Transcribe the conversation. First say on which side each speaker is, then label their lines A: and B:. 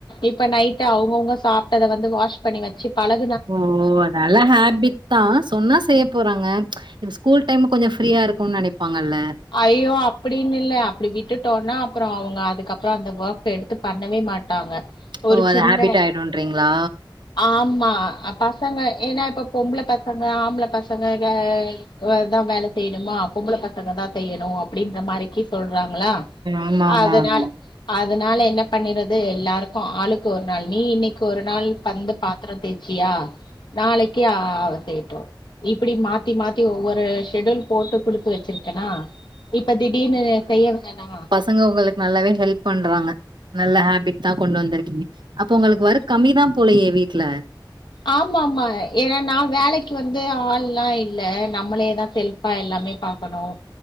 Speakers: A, on the left; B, on the right.
A: இப்ப நைட்டு அவங்கவுங்க சாப்பிட்டத வந்து வாஷ் பண்ணி வச்சு பழக்
B: ஓ ஓ நல்ல ஹாப்பிட் தா சொன்னா செய்ய போறாங்க இது ஸ்கூல் டைம் கொஞ்சோ ஃப்ரீயா இருக்குன்னு நெனைப்பாங்கல்ல
A: ஐயோ அப்பிடின்னு இல்ல அப்படி விட்டுட்டோன்னா அப்புறோ அவங்க அதுக்கப்புறோ அந்த ஒர்க் எடுத்து பண்ணவே மாட்டாங்க
B: ஓ
A: ஒரு
B: அது
A: சின்ன
B: ஹாபிட்டா ஆயிடுன்றீங்களா
A: ஆமா பசங்க ஏன்னா இப்ப பொம்பள பசங்க ஆம்பள பசங்க வே அதா வேலைக் செய்யணுமா பொம்பள பசங்க தா செய்யணு அப்படின்ற மாரிக்கி சொல்றாங்ளா
B: ஆமா ஆமா
A: அதனால
B: ஆமா.
A: அதனால என்ன பண்ணிறது எல்லாருக்கு ஆளுக்கு ஒரு நாள் நீ இன்னைக்கி ஒரு நாள் வந்து பாத்திரம் தேச்சியா நாளைக்கா ஆ செய்யட்டு இப்படி மாத்தி மாத்தி ஒவ்வொரு ஷெடூல் போட்டு குடுத்து வச்சிருக்கேனா இப்ப திடீர்னு செய்ய வேனா
B: ஏங்க உங்களுக்கு நல்லாவே ஹெல்ப் பண்றாங்க நல்ல ஹாபிட் தா கொண்டு வந்திருக்கீங்க அப்ப உங்களுக்கு ஓர்க் கம்மிதா போலையே வீட்ல
A: ஆமாமா ஏன்னா நா வேலைக்கி வந்து ஆள்லா இல்ல நம்மளேதா செல் ஃபா எல்லாமே பாக்கணு